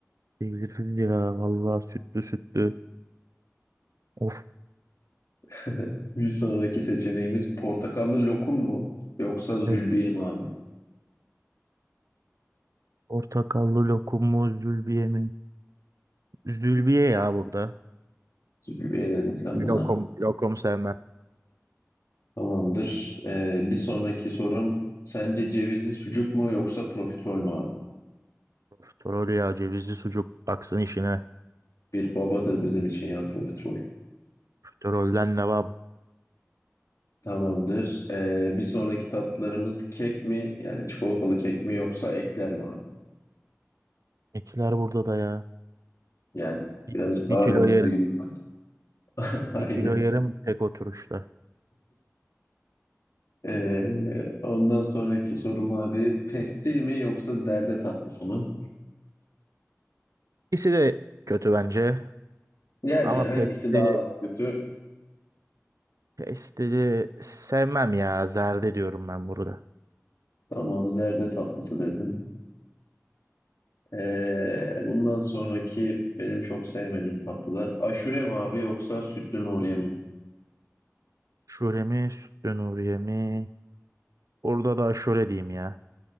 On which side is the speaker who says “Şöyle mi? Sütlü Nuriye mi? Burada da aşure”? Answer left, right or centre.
Right